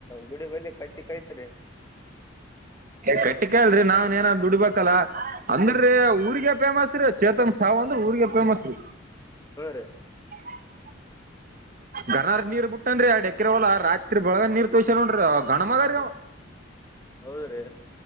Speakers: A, on the left (about 15°); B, on the right (about 45°).
A: ಗುಡಿ ಬಲಿ ಕತ್ತಿ ಕೈತ್ರಿ
B: ಕಟ್ಟಿಕಲ್ರರಿ ನಾವನ್ ಏನ ದುಡ್ಬೇಕಲ್ಲ ಅಂದ್ರೀ ಊರ್ಗ ಫೇಮಸ್ ರೀ ಚೇತನ್ ಸಾವ ಅಂದ್ರೆ ಊರಿಗೆ ಫೇಮಸ್ ರೀ <unintelligible>
A: ಹ್ಮ್ ರೀ.
B: ಗನರ ನೀರ್ ಬಿಟ್ಟನ್ರಿ ಆ ಡೆಕ್ರವಲ್ಲ ರಾತ್ರಿ ಬೆಳಗ ನೀರ್ ತೋಸ ನೋಡ್ರಿ ಅವ ಗಣನ್ ಮಗಾರಿ ಅವ
A: ಹೌದ್ರಿ